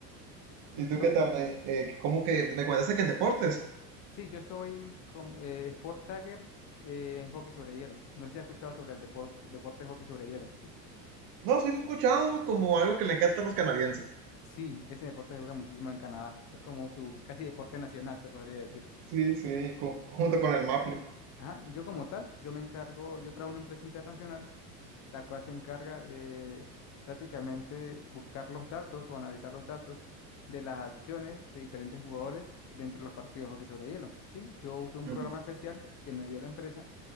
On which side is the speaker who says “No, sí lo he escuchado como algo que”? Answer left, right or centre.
Right